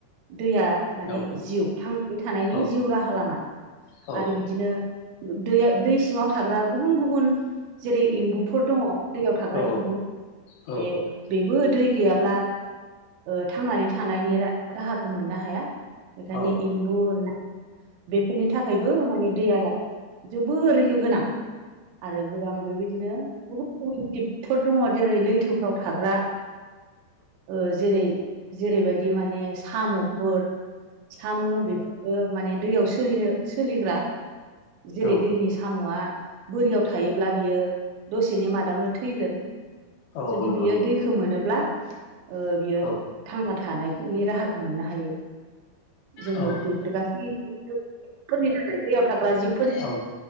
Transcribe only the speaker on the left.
औ
औ
औ
औ
औ
औ
औ
औ
नंगौ
नंगौ
औ
औ
औ